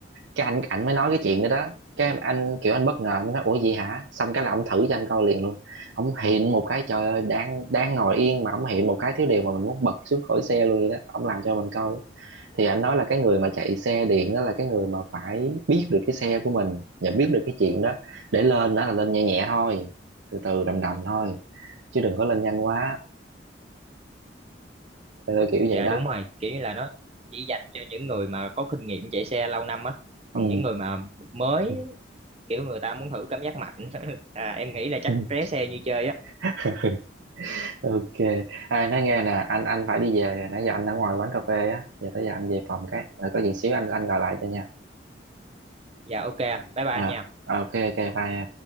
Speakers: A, on the right; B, on the right.
A: cái anh ảnh mới nói cái chuyện đó đó cái em- anh kiểu anh bất ngờ anh mới nói ủa gì hả xong cái là ông thử cho anh coi liền luôn ông hiện một cái trời ơi đang đang ngồi yên mà ông hiện một cái thiếu điều mà mình muốn bật xuống khỏi xe luôn vậy đó ông làm cho mình coi thì anh nói là cái người mà chạy xe điện đó là cái người mà phải biết được cái xe của mình và biết được cái chuyện đó để lên đó là lên nhẹ nhẹ thôi từ từ đầm đầm thôi chứ đừng có lên nhanh quá Ờ, kiểu vậy
B: dạ
A: đó
B: đúng rồi kiểu như là nó chỉ dành cho những người mà có kinh nghiệm chạy xe lâu năm á
A: ừ
B: còn những người mà mới
A: Ừ.
B: kiểu người ta muốn thử cảm giác mạnh <laughs> à, em nghĩ là chắc
A: Ừ.
B: ré xe như chơi á
A: <laughs> ok à, nói nghe nè anh anh phải đi về rồi. nãy giờ anh ở ngoài quán cà phê á giờ tới giờ anh về phòng cái rồi có gì xíu anh anh gọi lại cho nha
B: dạ ok anh bye bye
A: à,
B: anh nha
A: ok ok bye